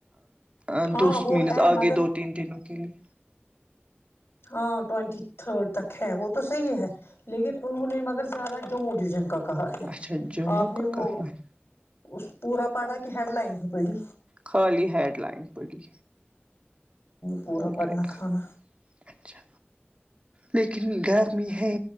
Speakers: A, on the right (about 30°); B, on the left (about 85°).
A: آ
B: ہاں
A: دوست
B: وہ
A: مینس
B: ہے
A: آگے
B: مگر
A: دو تین دنوں کے لیے
B: ہاں ٹوونٹی تھرڈ تک ہے وہ تو صحیح ہے لیکن انہوں نے مگر زیادہ جموں ڈیزائن کا کہا ہے
A: اچھا جموں
B: آپ نے
A: کا
B: وہ
A: کہاں ہے
B: اس پورا پڑھا کی ہیڈ لائن ہی پڑی
A: خالی ہیڈ لائن پڑھی
B: پورا
A: ہیڈ
B: پڑھنا
A: لائن
B: تھا
A: خالی
B: نا
A: اچھا لیکن گرمی ہے